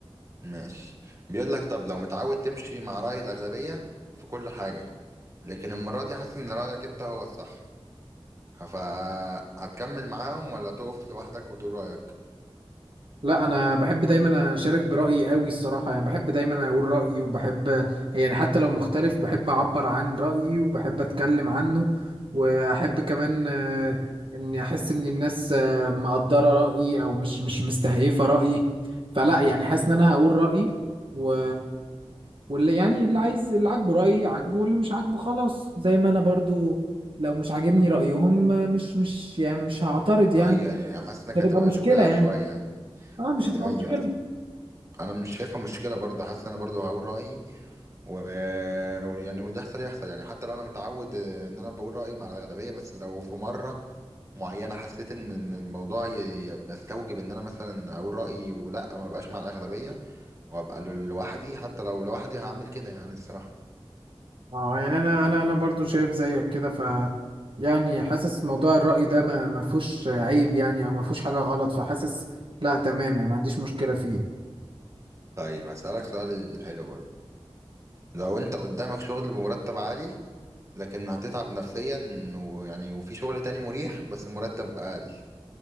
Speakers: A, on the right; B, on the right.
A: ماشي بيقول لك طب لو متعود تمشي مع راي الاغلبيه في كل حاجه لكن المره دي حاسس ان رايك انت هو الصح فهتكمل معاهم ولا تقف لوحدك وتقول رايك
B: لا انا بحب دايما اشارك برايي قوي الصراحه يعني بحب دايما اقول رايي وبحب يعني حتى لو مختلف بحب اعبر عن رايي وبحب اتكلم عنه واحب كمان آه، اني احس ان الناس آه، مقدره رايي او مش مش مستهيفه رايي فلا يعني حاسس ان انا هقول رايي و واللي يعني اللي عايز اللي عاجبه رايي عاجبه واللي مش عاجبه خلاص زي ما انا برضو لو مش عاجبني رايهم آه، مش مش يعني مش هعترض يعني
A: اي يعني حاسس انك
B: مش
A: هتبقى
B: هتبقى مشكله
A: شجاع
B: يعني
A: شويه
B: اه مش
A: يعني
B: هتبقى
A: ايوه
B: مشكله
A: انا مش شايفها مشكله برضه حاسس ان انا برضه هقول رايي و... ويعني وده يحصل يحصل يعني حتى لو انا متعود آه، ان انا بقول رايي مع الاغلبيه بس لو في مره معينه حسيت ان إن الموضوع ي- يستوجب ان انا مثلا اقول رايي ولا ما بقاش مع الاغلبيه وابقى ل- لوحدي حتى لو لوحدي هعمل كده يعني الصراحه
B: اه يعني انا انا انا برضو شايف زيك كده ف يعني حاسس موضوع الرأي ده ما ما فيهوش عيب يعني او ما فيهوش حاجة غلط فحاسس لا تمام يعني ما عنديش مشكلة فيه يعني.
A: طيب هسالك سؤال حلو برضه لو انت قدامك شغل بمرتب عالي لكن هتتعب نفسيا ويعني وفي شغل تاني مريح بس مرتب اقل